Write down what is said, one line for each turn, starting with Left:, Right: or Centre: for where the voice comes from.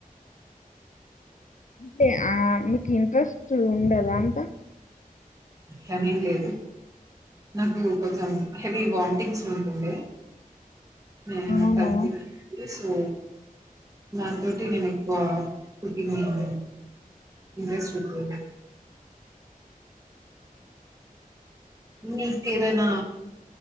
Left: అంటే ఆ మీకు ఇంట్రెస్టూ ఉండదా అంత
Right: అట్లనేం లేేదు నాకు కొంజాం హెవీ వాంటింగ్స్ ఉంటుండే నేను
Left: అవును
Right: కన్సివ్ అయినపుడు సో నాకంటే నేను ఎక్కువా కుక్కింగ్ ఎం ఇంటరెస్ట్ చూపియ్యలేదు మీకేదన్న